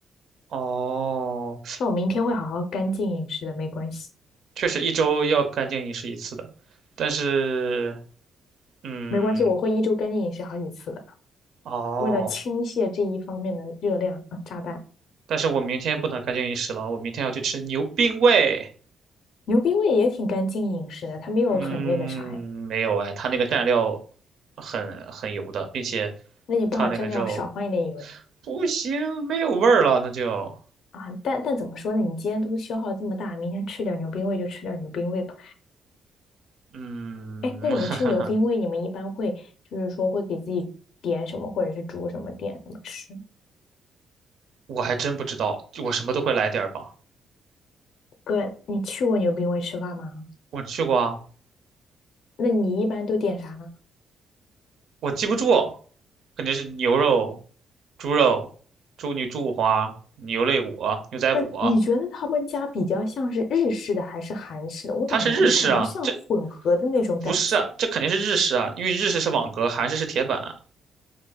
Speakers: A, on the right; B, on the left.
A: 哦，
B: 那我明天会好好干净饮食的，没关系，
A: 确实一周要干净饮食一次的，但是，嗯，
B: 没关系，我会一周干净饮食好几次的，
A: 哦。
B: 为了倾泻这一方面的热量啊，炸弹。
A: 但是我明天不能干净饮食了，我明天要去吃牛冰味。
B: 牛逼味也挺干净饮食的，它没有很那个啥哎。
A: 嗯，没有哎，它那个蘸料很很油的，并且
B: 那你不好蘸料少放一点油的
A: 它那个肉不行，没有味儿了，那就
B: 啊。但但怎么说呢？你今天都消耗这么大，明天吃点牛冰味就吃点牛冰味吧。
A: 嗯，
B: 哎，那你们吃牛冰味，
A: <laughs>
B: 你们一般会就是说会给自己点什么，或者是煮什么，点什么吃？
A: 我还真不知道，我什么都会来点儿吧。
B: 哥，你去过牛冰味吃饭吗？
A: 我去过啊，
B: 那你一般都点啥呢？
A: 我记不住，肯定是牛肉、猪肉、猪牛猪五花、牛肋骨、牛仔骨，
B: 那你觉得他们家比较像是日式的还是韩式的？我感觉他们家好像像混合的那种感觉，
A: 它是日式啊，这不是啊，这肯定是日式啊，因为日式是网格，韩式是铁板。